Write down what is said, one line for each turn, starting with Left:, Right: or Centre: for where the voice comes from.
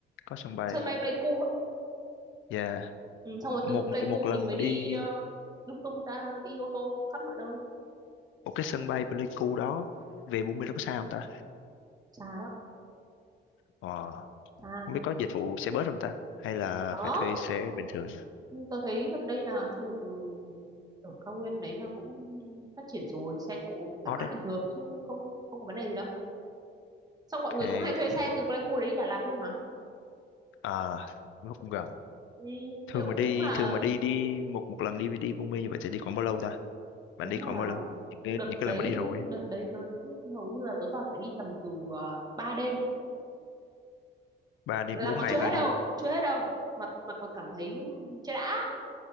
Left: có sân bay
Right: sân bay Pleiku á
Left: yeah
Right: ừ, xong rồi
Left: một
Right: từ
Left: một
Right: Pleiku
Left: một lần
Right: mình mới đi
Left: đi
Right: ờ, lung tung ra đi ô tô khắp mọi nơi
Left: một cái sân bay Pleiku đó về Buôn Mê nó có xa không ta
Right: xa đó
Left: ờ
Right: xa
Left: Không biết có dịch vụ xe bus không ta? Hay là
Right: khó
Left: phải thuê xe bình thường nhỉ?
Right: tôi thấy gần đây là du lịch ừ, ở cao nguyên đấy là cũng phát triển rồi xe cộ thoải
Left: Hot
Right: mái
Left: đấy.
Right: bình thường chứ không không có vấn đề gì đâu xong mọi
Left: Ok.
Right: người cũng hay thuê xe từ Pleiku đấy đi Đà Lạt luôn mà
Left: À, nó cũng gần.
Right: ừ,
Left: Thường
Right: kiểu
Left: mà đi,
Right: cũng là
Left: thường mà đi đi một một lần đi đi Buôn Mê như vậy thì đi khoảng bao lâu ta? Bạn
Right: nếu
Left: đi
Right: mà
Left: khoảng bao lâu? Những cái,
Right: đợt
Left: những
Right: đấy
Left: cái lần mà đi rồi ấy.
Right: đợt đấy tớ hầu như là tớ toàn phải đi tầm từ uh, 3 đêm
Left: Ba đêm,
Right: là
Left: bốn
Right: còn
Left: ngày
Right: chưa
Left: ba
Right: hết đâu
Left: đêm.
Right: chưa hết đâu mà mà còn cảm thấy chưa đã